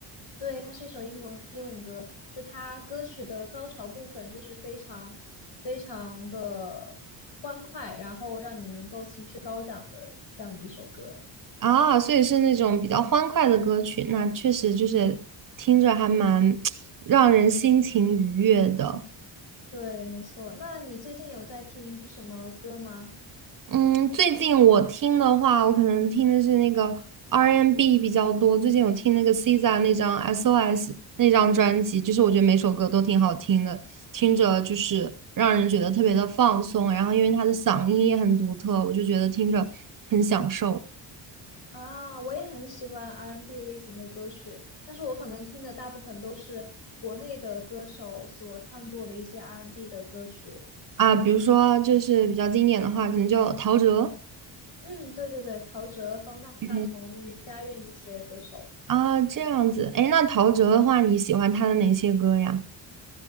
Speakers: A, on the left (about 70°); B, on the right (about 45°).
A: 对，它是一首英国英文歌，就它歌曲的高潮部分就是非常非常的欢快，然后让你能够情绪高涨的这样的一首歌。
B: 啊，所以是那种比较欢快的歌曲，那确实就是听着还蛮 <tsk> 让人心情愉悦的。
A: 对，没错。那你最近有在听什么歌吗？
B: 嗯，最近我听的话，我可能听的是那个 R&B N 比较多。最近有听那个 SZA 那张 SOS 那张专辑，就是我觉得每首歌都挺好听的，听着就是让人觉得特别的放松。然后因为他的嗓音也很独特，我就觉得听着很享受
A: 啊，我也很喜欢 R&B n 类型的歌曲，但是我可能听的大部分都是国内的歌手所创作的一些 R&B n 的歌曲。
B: 啊。比如说就是比较经典的话，可能就陶喆。
A: 嗯，对对对，陶喆、方大同、
B: 嗯
A: 余佳韵这些歌手。
B: 啊，这样子。哎，那陶喆的话，你喜欢他的哪些歌呀？